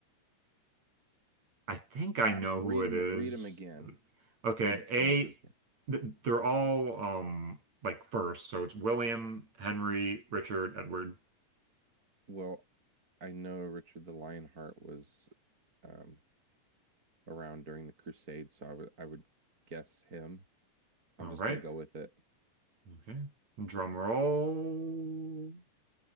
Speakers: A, on the right; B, on the right.
A: I think I
B: Uh,
A: know
B: read
A: who it
B: them,
A: is.
B: read them again.
A: Okay,
B: Read the
A: A,
B: answers again.
A: th they're all um like first, so it's William, Henry, Richard, Edward.
B: Well, I know Richard the Lionheart was um, around during the Crusades, so I would I would guess him. I'm
A: All
B: just
A: right.
B: gonna go with it.
A: Okay. Drum roll.